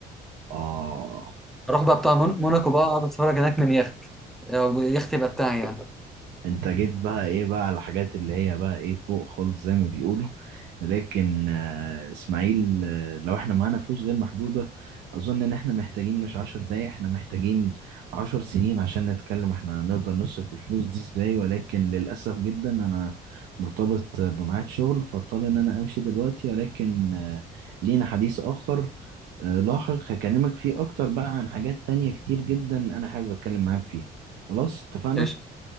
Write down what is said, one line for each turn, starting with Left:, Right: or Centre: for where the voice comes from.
Right: اه
Centre: اروح بقى بتاع مون- موناكو بقى اقعد اتفرج هناك من يخت آه، يخت يبقى بتاعي يعني
Right: انت جيت بقى ايه بقى على الحاجات اللي هي بقى ايه فوق خالص زي ما بيقولوا لكن آه اسماعيل آه لو احنا معانا فلوس غير محدودة اظن ان احنا محتاجين مش عشر دقايق احنا محتاجين عشر سنين عشان نتكلم احنا هنقدر نصرف الفلوس دي ازاي ولكن للأسف جدا انا مرتبط بميعاد شغل فاضطر ان انا امشي دلوقتي ولكن آه لينا حديث اخر آه لاحق هكلمك فيه اكتر بقى عن حاجات تانية كتير جدا انا حابب اتكلم معاك فيها خلاص اتفقنا؟
Centre: قشطه